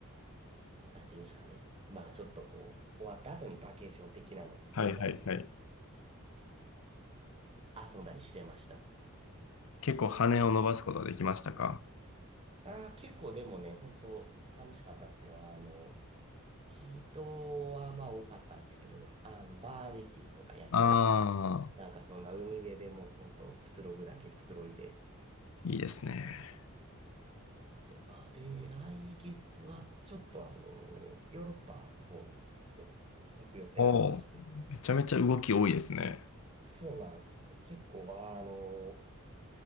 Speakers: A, on the right; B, on the left.
A: なんていうんですかね。まあ、ちょっとこう、終わった後にバケーション的なので、
B: はいはいはい。
A: ちょっとあの、遊んだりしてました。
B: 結構羽を伸ばすことはできましたか
A: ああ、結構でもね、本当楽しかったっすよ。あの、人はまあ多かったんですけど、あの、バーベキューとかやったりとか、
B: ああ、
A: なんかそんな海辺でもう本当くつろぐだけくつろいで。
B: いいですね。
A: なので、まあで、来月はちょっとあの、ヨーロッパの方にちょっと行く予定ありまして。
B: おお、めちゃめちゃ動き多いですね。
A: そうなんですよ。結構あの、